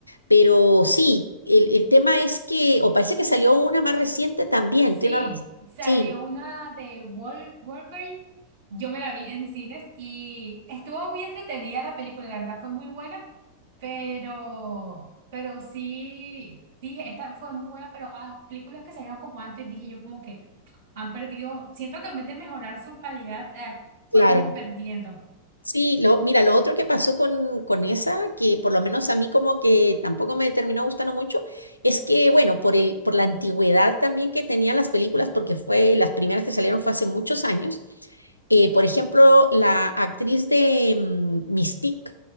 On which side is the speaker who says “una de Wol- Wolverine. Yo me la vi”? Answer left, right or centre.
Right